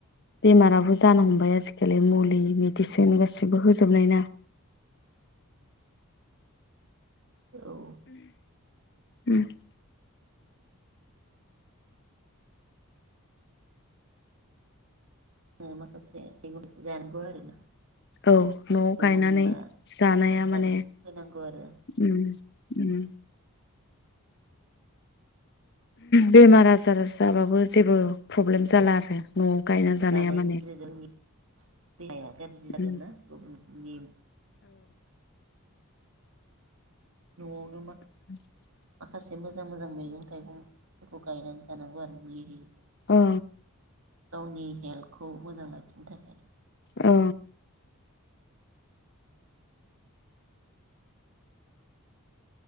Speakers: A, on the left (about 50°); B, on the right (about 65°).
A: बेमाराबो ज जानो हमबाय आजिखालि मुलि मेदिसेन गासिबो होजोबनाय ना
B: औ
A: उम
B: <unintelligible> जानांगौ आरोना
A: औ न'आव गायनानै
B: मुलि
A: जानाया
B: हासार
A: माने
B: होनांगौ आरो
A: उम उ बेमार आजार जाबाबो जेबो प्रब्लेम जाला आरो न'आव गायना जानाया
B: जानायनिफ्राय
A: माने
B: जोंनि देहाया गाज्रि जादोंना
A: औ
B: गुबुननि न'आवनो मा
A: <inaudible>
B: माखासे मोजां मोजां मैगं थाइगंफोरखौ गायनानै जानांगौ आरो मुलि होयिखौ
A: औ
B: गावनि हेल्थखौ मोजां लाखिनो थाखाय
A: औ